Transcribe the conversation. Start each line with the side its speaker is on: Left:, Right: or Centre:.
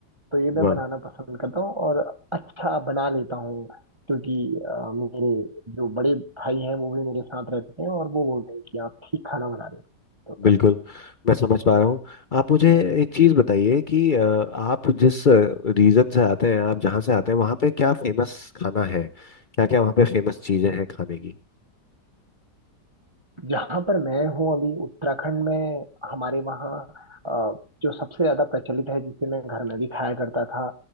Right: तो ये
Left: वाह
Right: मैं बनाना पसंद करता हूँ और अच्छा बना लेता हूँ क्योंकि अ, मेरे जो बड़े भाई हैं वो भी मेरे साथ रहते हैं और वो बोलते हैं कि आप ठीक खाना बना रहे हो
Left: बिल्कुल मैं समझ पा रहा हूँ आप मुझे एक चीज़ बताइए कि अ, आप जिस रीजन से आते हैं आप जहाँ से आते हैं वहाँ पे क्या फेमस खाना है क्या क्या वहाँ पे फेमस चीज़ें हैं खाने की
Right: जहां पर मैं हूँ अभी उत्तराखंड में हमारे वहाँ अ, जो सबसे ज्यादा प्रचलित है जिसे मैं घर में भी खाया करता था